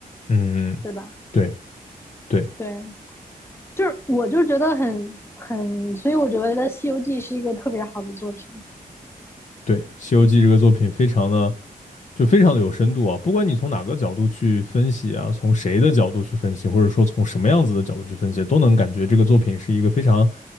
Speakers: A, on the left; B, on the left.
A: 嗯，
B: 对吧？
A: 对对
B: 对，就是我就觉得很很，所以我觉得《西游记》是一个特别好的作品。
A: 对，《西游记》这个作品非常的。就非常的有深度啊！不管你从哪个角度去分析啊，从谁的角度去分析，或者说从什么样子的角度去分析，都能感觉这个作品是一个非常